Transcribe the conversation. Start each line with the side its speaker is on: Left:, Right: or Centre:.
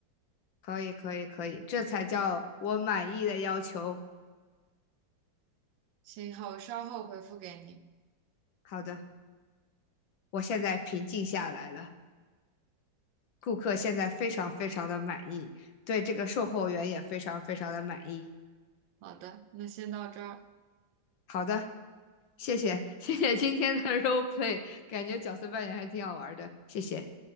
Left: 可以，可以，可以，这才叫我满意的要求。
Right: 行，好，我稍后回复给你。
Left: 好的，我现在平静下来了，顾客现在非常非常的满意，对这个售后员也非常非常的满意。
Right: 好的，那先到这儿。
Left: 好的，谢谢，谢谢今天的 <laughs> role play，感觉角色扮演还挺好玩的，谢谢。